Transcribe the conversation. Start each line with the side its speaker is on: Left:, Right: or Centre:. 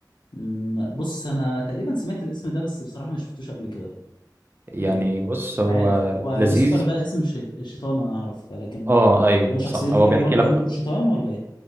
Left: مم، بص انا تقريبا سمعت الاسم ده بس بصراحة ما شفتوش قبل كده
Right: يعني
Left: يعني
Right: بص هو
Left: مش عارف هو
Right: لذيذ
Left: لوسيفر ده اسم الشيط... الشيطان انا اعرف لكن
Right: اه ايوه
Left: هو شخصيته
Right: صح هو
Left: كده
Right: بيحكي
Left: برضه
Right: لك
Left: عين دور شيطان ولا ايه؟